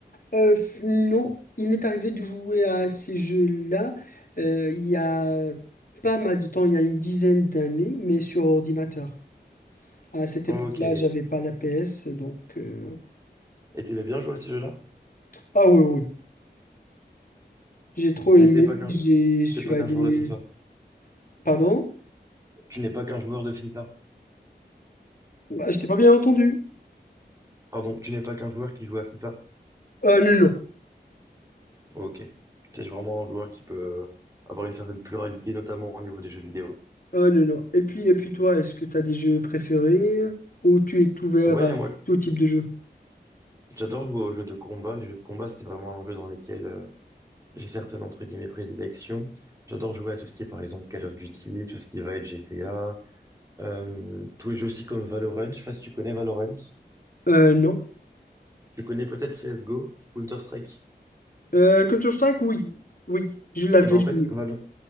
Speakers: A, on the left; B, on the right.
A: Euh, f- non, il m'est arrivé de jouer à ces jeux-là euh, il y a pas mal de temps, il y a une dizaine d'années, mais sur ordinateur. À cette
B: Ok,
A: époque-là, j'avais pas la PS, donc... euh,
B: Et t'aimais bien jouer à ces jeux-là?
A: Ah oui, oui, j'ai trop aimé,
B: Donc t'es pas qu'un,
A: j'ai- je suis
B: t'es pas
A: allé...
B: qu'un joueur de FIFA.
A: Pardon?
B: Tu n'es pas qu'un joueur de FIFA.
A: Bah, je t'ai pas bien entendu.
B: Pardon, tu n'es pas qu'un joueur qui joue à FIFA.
A: Ah non, non.
B: Ok. T'es vraiment un joueur qui peut euh, avoir une certaine pluralité, notamment au niveau des jeux vidéo.
A: Ah non, non. Et puis, et puis toi, est-ce que tu as des jeux préférés ou tu es ouvert
B: Ouais,
A: à
B: moi,
A: tout type de jeu?
B: j'adore jouer aux jeux de combat. Les jeux de combat, c'est vraiment un jeu dans lequel euh, j'ai certaines, entre guillemets, prédilections. J'adore jouer à tout ce qui est, par exemple, Call of Duty, tout ce qui va être GTA, euh, tous les jeux aussi comme Valorant. Je sais pas si tu connais Valorant.
A: Euh, non.
B: Tu connais peut-être CSGO, Counter-Strike.
A: Euh, Counter-Strike, oui. Oui, je l'avais
B: Et ben, en
A: joué.
B: fait, Valorant,